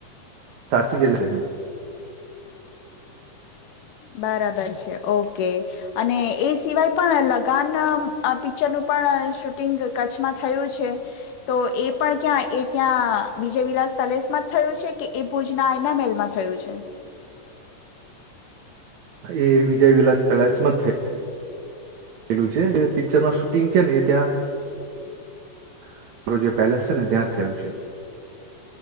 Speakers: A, on the right; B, on the left.
A: સાચી જલે જ
B: બરાબર છે ઓકે, અને એ સિવાય પણ લગાન પિક્ચરનું પણ શૂટિંગ કચ્છમાં થયું છે, તો એ પણ ક્યાં એ ત્યાં વિજય વિલાસ પેલેસમાં થયું છે કે એ ભુજના એયનામેલમાં થયું છે?
A: એ વિજય વિલાસ પેલેસમાં થઈ પલું છે પિક્ચરમાં શૂટિંગ છે ને એ ત્યાં, જે પેલેસ છે ને ત્યાં થયું છે.